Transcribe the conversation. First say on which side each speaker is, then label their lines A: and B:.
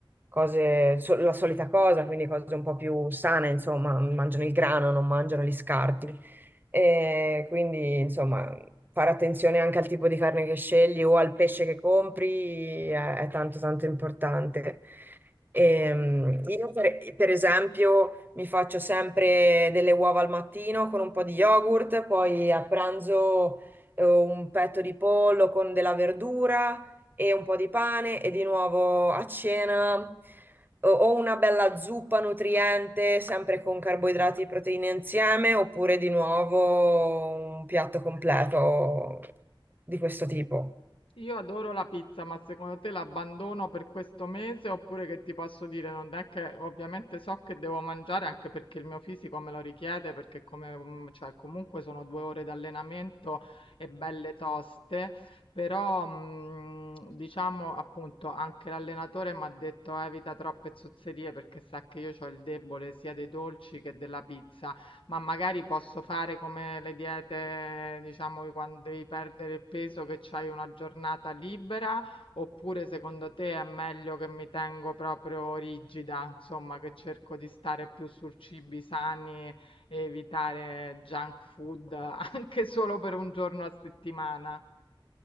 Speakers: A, on the right (about 20°); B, on the left (about 80°).
A: cose, so- la solita cosa, quindi cose un po' più sane, insomma, mangiano il grano, non mangiano gli scarti. E quindi, insomma, fare attenzione anche al tipo di carne che scegli o al pesce che compri è, è tanto tanto importante. Ehm, io per, per esempio mi faccio sempre delle uova al mattino con un po' di yogurt, poi a pranzo eh, un petto di pollo con della verdura e un po' di pane e di nuovo a cena o o una bella zuppa nutriente, sempre con carboidrati e proteine insieme, oppure di nuovo un piatto completo di questo tipo.
B: Io adoro la pizza, ma secondo te l'abbandono per questo mese oppure che ti posso dire? Non è che ovviamente so che devo mangiare anche perché il mio fisico me lo richiede, perché come, mm, cioè, comunque sono due ore di allenamento e belle toste, però mm, diciamo appunto anche l'allenatore mi ha detto evita troppe zozzerie perché sa che io ho il debole sia dei dolci che della pizza. Ma magari posso fare come le diete, diciamo, che quando devi perdere il peso, che c'hai una giornata libera, oppure secondo te è meglio che mi tengo proprio rigida, insomma, che cerco di stare più su cibi sani e evitare junk food <laughs> anche solo per un giorno a settimana?